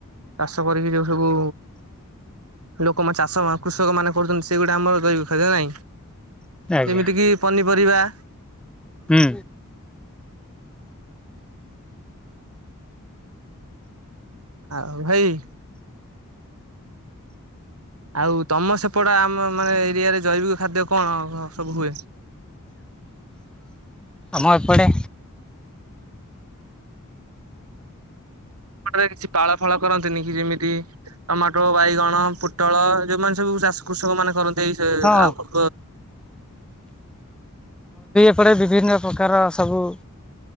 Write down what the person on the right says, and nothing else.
ଚାଷ କରିକି ଯୋଉ ସବୁ ଲୋକମାନେ ଚାଷ କୃଷକ ମାନେ କରୁଛନ୍ତି ସେଗୁଡା ଆମର ଜୈବିକ ଖାଦ୍ୟ ନାଇଁ।
ଯେମିତି କି ପନିପରିବା।
ଆଉ ଭାଇ ଆଉ ତମ ସେପଟ ଆମ ମାନେ ଏରିଆରେ ଜୈବିକ ଖାଦ୍ୟ କଣ ସବୁ ହୁଏ?
ରେ କିଛି ପାଳ ଫାଳ କରନ୍ତିନି କି ଯେମିତି ଟମାଟୋ, ବାଇଗଣ, ପୋଟଳ ଯୋଉମାନେ ସବୁ ଚାଷ କର କୃଷକ ମାନେ କରନ୍ତି ଏଇ ସେ
ଆଉ